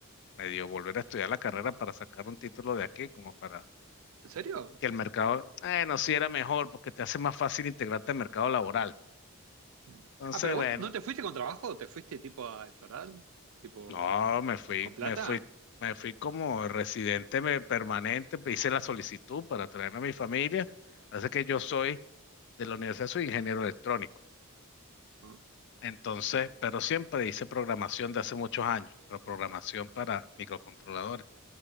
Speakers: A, on the left; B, on the right.
A: medio volver a estudiar la carrera para sacar un título de aquí, como para
B: ¿En serio?
A: que el mercado, eh, no, sí era mejor, porque te hace más fácil integrarte al mercado laboral.
B: Mm.
A: Entonces,
B: Ah, pero
A: bueno.
B: vos no te fuiste con trabajo, te fuiste tipo a explorar, tipo
A: No, me fui,
B: con plata.
A: me fui, me fui como residente me- permanente, pe- hice la solicitud para traerme a mi familia. Así que yo soy de la universidad, soy ingeniero electrónico.
B: No,
A: Entonces, pero siempre hice programación de hace muchos años, pero programación para microcontroladores.